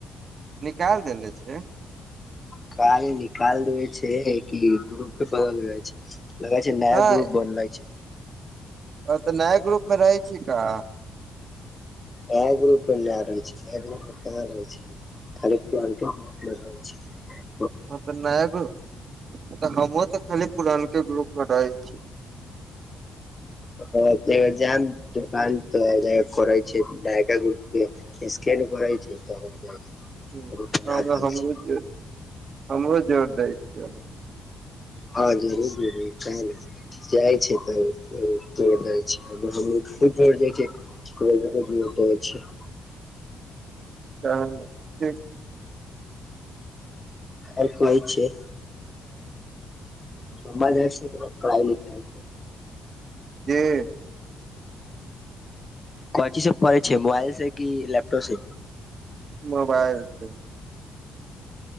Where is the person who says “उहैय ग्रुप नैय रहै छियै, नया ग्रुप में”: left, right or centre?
Left